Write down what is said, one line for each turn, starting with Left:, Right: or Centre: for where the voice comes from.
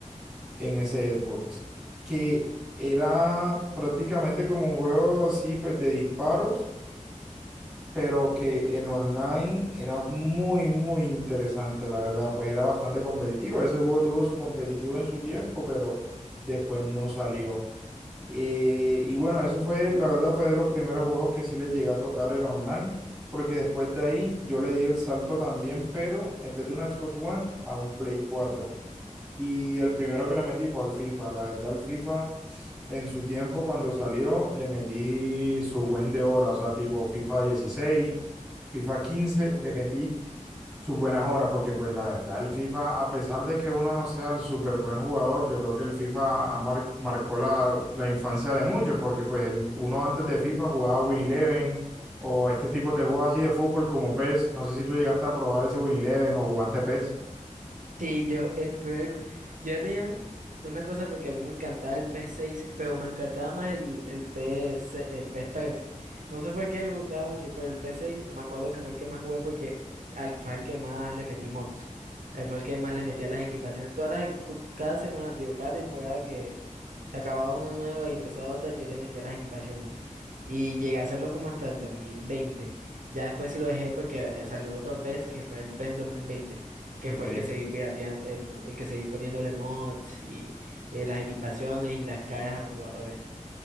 Centre: en ese Xbox, que era prácticamente como un juego así, pues de disparos, pero que el online era muy, muy interesante, la verdad, pues era bastante competitivo. Ese juego tuvo su competitivo en su tiempo, pero después no salió. Eh, y bueno, eso fue, la verdad, fue de los primeros juegos que sí les llegué a tocar el online. Porque después de ahí yo le di el salto también, pero en vez de una Xbox One, a un Play cuatro y el primero que le metí fue al FIFA. La verdad, al FIFA, en su tiempo, cuando salió, le metí su buen de horas, o sea, tipo FIFA dieciséis FIFA quince le metí sus buenas horas, porque pues la verdad, el FIFA, a pesar de que uno no sea el súper buen jugador, yo creo que el FIFA ha mar- marcó la, la infancia de muchos, porque pues el, uno antes de FIFA jugaba Win Eleven o este tipo de juegos así de fútbol como PES. No sé si tú llegaste a probar ese Win Eleven o jugaste PES.
Right: Sí, yo, el peor, yo ya tenía un- una cosa porque a mí me encantaba el ps seis, pero me encantaba más el, el PS, el PS3. No sé por qué me gustaba mucho, pero el ps seis me acuerdo que fue el que más jugué porque al, fue el que más le metí mods. eh, Fue el que más le metía las equipaciones. Todas las, e- cu- cada semana, digo, cada temporada que se acababa una nueva y empezaba otra, yo le metía las equipaciones. Y llegué a hacerlo como hasta el dos mil veinte, Ya después sí lo dejé porque eh, salió otro P PES que fue el P E S dos mil veinte que
Centre: Ok.
Right: fue el que seguí pirateando, el, el que seguí poniéndole mods y, eh, las equipaciones y las caras a los jugadores.